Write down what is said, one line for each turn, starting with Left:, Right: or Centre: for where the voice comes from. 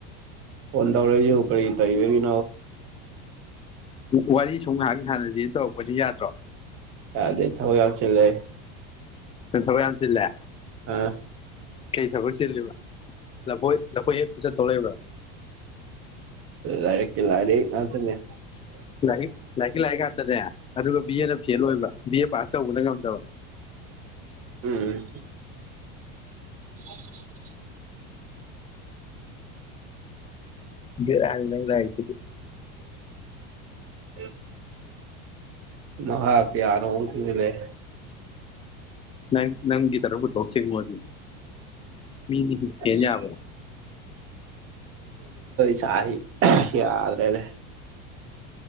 Right: ꯐꯣꯟ ꯇꯧꯔꯛꯏꯁꯤꯕꯨ ꯀꯔꯤ ꯂꯩꯕꯒꯤ
Left: ꯋꯥꯔꯤ ꯁꯨꯝ ꯉꯥꯏꯍꯥꯛ ꯍꯥꯟꯅꯗꯤ ꯇꯧꯔꯛꯄꯅꯤ ꯌꯥꯗ꯭ꯔꯣ
Right: ꯌꯥꯗꯦ ꯊꯕꯛ ꯌꯥꯝ ꯆꯤꯂꯦ
Left: ꯀꯩ ꯊꯕꯦ ꯌꯥꯥꯟꯁꯤꯂꯦ
Right: ꯑꯥ
Left: ꯀꯩ ꯊꯕꯛ ꯆꯤꯜꯂꯤꯕ ꯂꯐꯣꯏ ꯂꯐꯣꯏ ꯍꯦꯛ ꯄꯨ ꯆꯠꯊꯣꯛ ꯂꯩꯕ꯭ꯔꯣ
Right: ꯂꯥꯏꯔꯦꯀꯤ ꯂꯥꯔꯤ ꯉꯥꯛꯇꯅꯥ
Left: ꯂꯥꯏꯔꯤꯛ ꯂꯥꯏꯔꯤꯛꯀꯤ ꯂꯥꯏꯔꯤꯛ ꯉꯥꯛꯇꯅꯦ ꯑꯗꯨꯒ ꯕꯤ ꯑꯦꯅ ꯐꯦꯜ ꯑꯣꯏꯕ ꯕꯤ ꯑꯦ ꯄꯥꯁ ꯇꯧꯕꯅ ꯉꯝ ꯗꯕꯥ
Right: ꯎꯝ <unintelligible>
Left: <unintelligible> ꯅꯪ ꯍꯥꯏꯁꯤꯗꯤ
Right: ꯎꯝ <unintelligible>
Left: ꯅꯪ ꯅꯪꯒꯤ ꯇꯔꯕꯨꯊꯁ ꯃ ꯃꯤꯅꯤ ꯀꯦ
Right: ꯑꯁ
Left: ꯌꯥꯕ꯭ꯔꯣ
Right: ꯆ ꯌꯥꯗ꯭ꯔꯅꯦ